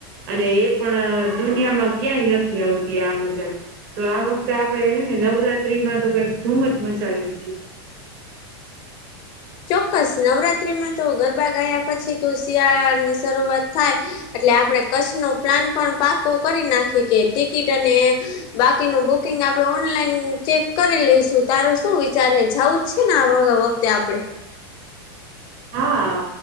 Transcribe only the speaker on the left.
ચોક્કસ નવરાત્રીમાં તો ગરબા ગાયા પછી તો શિયાળા ની શરૂઆત થાય એટલે આપણે કચ્છનો પ્લાન પણ પાકો કરી નાખી કે ટિકિટ અને બાકીનું બુકિંગ આપડણે ઓનલાઈન ચેક કરી લઈશું તારો શું વિચાર જઉું જ છે ને આ તે આપણે